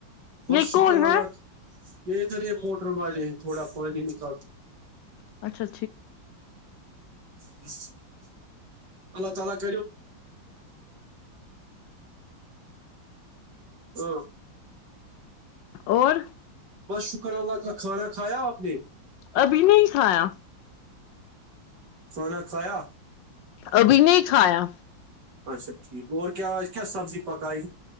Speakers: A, on the right; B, on the left.
A: بس
B: یہ
A: شکر
B: کون
A: اللہ
B: ہے
A: ادھر یہ موٹر والے تھوڑا پانی نکالتا
B: <unintelligible> اچھا
A: <unintelligible> اللہ تعالی ہوں
B: اور
A: بس شکر اللہ کا کھانا کھایا آپ نے
B: ابھی نہیں کھایا
A: کھانا کھایا
B: ابھی نہیں کھایا
A: اچھا ٹھیک اور کیا آج کیا سبزی پکائی